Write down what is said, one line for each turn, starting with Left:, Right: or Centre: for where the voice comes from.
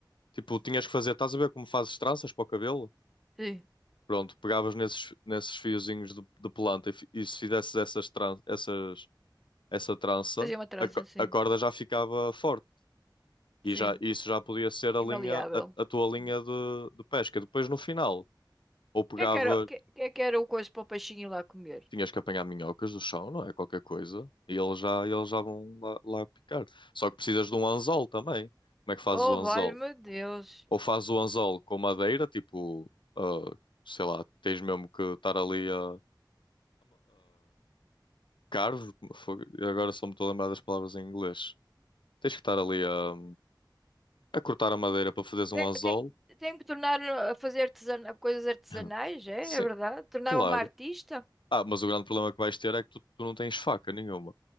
Left: Tipo, tinhas que fazer. Estás a ver como fazes tranças para o cabelo?
Centre: Sim,
Left: Pronto, pegavas nesses, nesses fiozinhos de, de planta e, fi- e se fizesses essas, tran- essas, essa trança,
Centre: fazia uma trança
Left: a, co-
Centre: assim,
Left: a corda já ficava forte. E
Centre: sim,
Left: já, isso já podia ser a
Centre: imaleável.
Left: linha, a, a tua linha
Centre: Hum.
Left: de, de pesca. Depois, no final, ou pegavas,
Centre: Que é que era, que, que é que era o coisa para o peixinho ir lá comer?
Left: tinhas que apanhar minhocas do chão, não é? Qualquer coisa. E eles já, eles já vão lá, lá picar. Só que precisas de um anzol também. Como é que fazes
Centre: Oh,
Left: o anzol?
Centre: valha-me Deus.
Left: Ou fazes o anzol com madeira, tipo, ah, sei lá, tens mesmo que estar ali a Carve? Fogo. Agora só me estou a lembrar das palavras em inglês. Tens que estar ali a, a cortar a madeira para fazeres um
Centre: Tem,
Left: anzol.
Centre: tem,
Left: <laughs>
Centre: tem que tornar a fazer artesana, coisas artesanais,
Left: Hum.
Centre: é?
Left: Sim,
Centre: É verdade? Tornar-me
Left: claro.
Centre: uma artista?
Left: Ah, mas o grande problema que vais ter é que tu, tu não tens faca nenhuma.